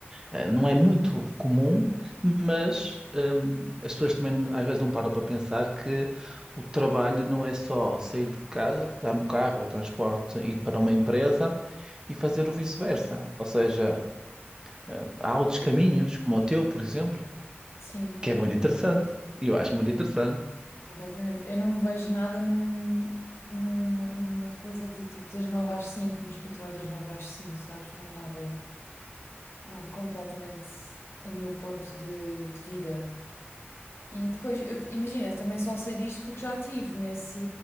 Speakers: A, on the right; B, on the left.
A: Eh, Não é muito comum, mas hum, as pessoas também às vezes não param para pensar que o trabalho não é só sair de casa, pegar no carro ou transporte, ir para uma empresa e fazer o vice-versa. Ou seja, eh, há outros caminhos, como o teu, por exemplo,
B: sim,
A: que é muito interessante. E Eu acho muito interessante,
B: completamente. Eu não me vejo nada num, numa, numa coisa de tipo das nove às cinco, no escritório das nove às cinco, sabes? Não é nada, não é completamente o meu ponto de de vida. E depois, eu, imagina, também só sei disto porque já estive nesse,